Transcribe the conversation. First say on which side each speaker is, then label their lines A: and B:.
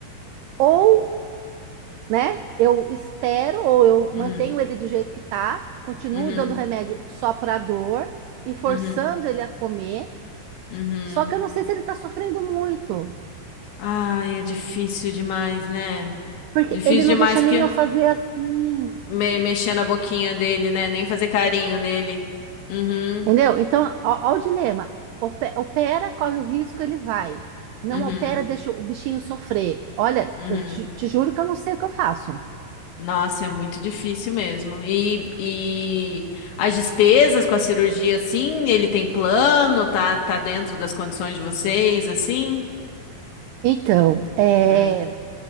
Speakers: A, on the right; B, on the left.
A: Ou, né, eu espero, ou eu mantenho
B: uhum,
A: ele do jeito que tá, continuo
B: uhum,
A: dando remédio só para dor e forçando
B: uhum,
A: ele a comer.
B: uhum.
A: Só que eu não sei se ele tá sofrendo muito,
B: Ai, é difícil demais, né?
A: porque
B: Difícil
A: ele não
B: demais
A: deixa
B: porque
A: nem eu fazer assim.
B: me, mexer na boquinha dele, né? Nem fazer carinho nele. Uhum,
A: Entendeu? Então, ó, o dilema. Ope- Opera, corre o risco, ele vai. Não
B: uhum,
A: opera, deixa o bichinho sofrer. Olha,
B: uhum.
A: eu te, te juro que eu não sei o que eu faço.
B: Nossa, é muito difícil mesmo. E, e as despesas com a cirurgia, sim, ele tem plano, tá, tá dentro das condições de vocês, assim?
A: Então, é,
B: Hum.